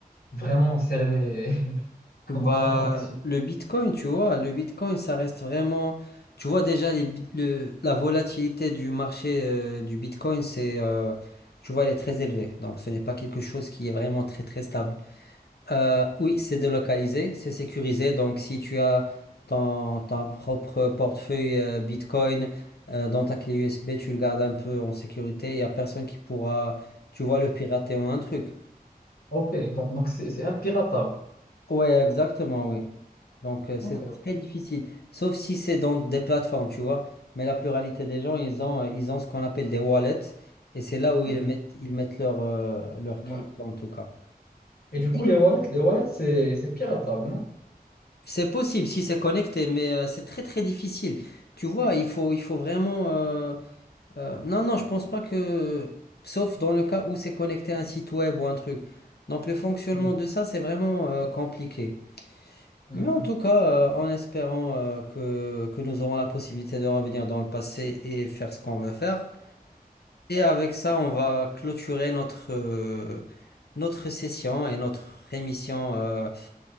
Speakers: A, on the left; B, on the left.
A: vraiment cerné <laughs> comment
B: Bah,
A: ça fonctionne.
B: le Bitcoin, tu vois, le Bitcoin, ça reste vraiment. Tu vois déjà les bit- le- la volatilité du marché euh, du Bitcoin, c'est, euh, tu vois, elle est très élevée. Donc, ce n'est pas quelque chose qui est vraiment très très stable. Euh, oui, c'est délocalisé, c'est sécurisé. Donc, si tu as ton, ton propre portefeuille euh, Bitcoin euh, dans ta clé USB, tu le gardes un peu en sécurité. Il n'y a personne qui pourra, tu vois, le pirater ou un truc.
A: Ok, donc, donc c'est, c'est impiratable.
B: Ouais, exactement, oui. Donc, euh, c'est
A: Ok, ok.
B: très difficile. Sauf si c'est dans des plateformes, tu vois. Mais la pluralité des gens, ils ont, euh, ils ont ce qu'on appelle des wallets. Et c'est là où ils
A: Hmm,
B: mettent, ils mettent leur, euh, leur
A: ouais.
B: crypto, en tout cas.
A: Et du
B: Et
A: coup, les wallets, les wallets, c'est, c'est piratable, non?
B: C'est possible si c'est connecté, mais euh, c'est très, très difficile. Tu vois, il faut, il faut vraiment... euh, euh, non, non, je pense pas que... Sauf dans le cas où c'est connecté à un site web ou un truc. Donc, le fonctionnement
A: Hmm,
B: de ça, c'est vraiment euh, compliqué.
A: hmm,
B: Mais en
A: hmm.
B: tout cas, euh, en espérant euh, que, que nous aurons la possibilité de revenir dans le passé et faire ce qu'on veut faire. Et avec ça, on va clôturer notre, euh, notre session et notre émission. euh,